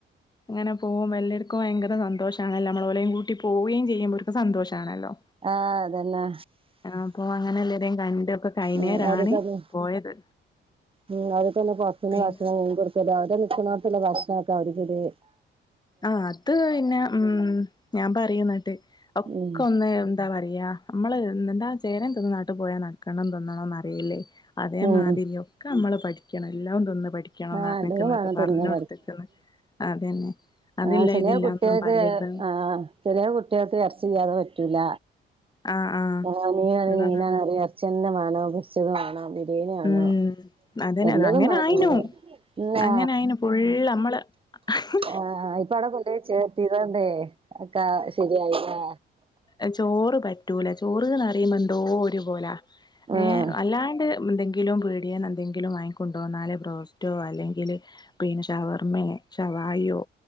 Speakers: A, on the left; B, on the right.
A: ഇങ്ങനെ പോകുമ്പ എല്ലർക്കും ഭയങ്കര സന്തോഷം ആണല്ലോ നമ്മളോലെയും കൂട്ടി പോവുകയും ചെയ്യുമ്പോൽക്ക് സന്തോഷാണല്ലോ
B: ആ അതന്നാ
A: ആ അപ്പൊ അങ്ങനെ എല്ലാരെയും കണ്ട്. ഒക്കെ കഴിഞ്ഞേരാണ്
B: ഉം അതൊക്കതെ
A: പോയത്
B: ഉം അതൊക്കൊന്ന് പൊറത്ത്ന്ന്
A: പിന്നെ
B: ഭക്ഷണം കൊടു അവര് നിക്കുന്നോട്തെല്ലെ ഭക്ഷണക്കെ അവർക്കൊര്
A: ആ അത് പിന്നെ ഉം ഞാൻ പറയുന്നിട്ട് ഒക്കൊന്ന്
B: ഉം
A: എന്താ പറയാ നമ്മള് എന്താ ചേരേന്തിന്ന നാട്ട് പോയാ നക്കണം തിന്നണന്നറിയില്ലേ. അതേ
B: ഉം
A: മാതിരി ഒക്കെ നമ്മള് പഠിക്കണം എല്ലാം തിന്ന് പഠി ക്കണന്നറഞ്ഞിക്കുന്നുട്ട്
B: ആഹ് എല്ലതും വേണം
A: പറഞ്ഞു
B: തിന്ന്
A: കൊടുത്തക്കുന്നു അതന്നെ അതില്ല
B: ആ ചെലേ
A: ഇതില്ല
B: കുട്ടികൾക്ക്
A: ഒന്നും പറയരുത്
B: ആ ചെലേ കുട്ടികൾക്ക് ഇറച്ചില്ലാതെ പറ്റൂല
A: ആഹ് ആഹ്
B: <unintelligible>
A: ഉള്ളതാ
B: വേണം
A: ഉം അതനെ
B: എല്ലതും
A: അതങ്ങനായിനു
B: വേണം നമ്മള് ന്നാ
A: അങ്ങനായിനു ഫുള് നമ്മള് അഹ്
B: ആ ഇപ്പൊ അവിടെ കൊണ്ടേയ് ചേർത്തിതോണ്ടേ അക്ക ശരിയായി ആ
A: എ ചോറ് പറ്റൂല ചോറ്ന്ന്റിയുമ്പോ എന്തോ ഒരുപോല
B: ആഹ്
A: ഏ അല്ലാണ്ട് എന്തെങ്കിലും പീടിയേന്ന് എന്തെങ്കിലും വാങ്ങിക്കൊണ്ട് വന്നാല് ബ്രോസ്റ്റോ അല്ലെ ങ്കില് പിന്നെ ഷവർമേ ഷവായിയോ